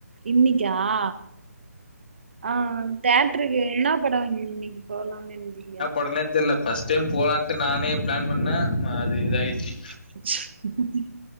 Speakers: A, on the right; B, on the left.
A: இன்னிக்கா ஆ ஆ தேட்ருக்கு என்ன படோ இன்னைக்கி போகலானு இருந்தீங்க
B: ஒர்ளவ் தெர்ல பஸ்ட் டைம் போலான்ட்டு நானே பிளான் பண்ணே அது இதாயிச்சு
A: <unintelligible>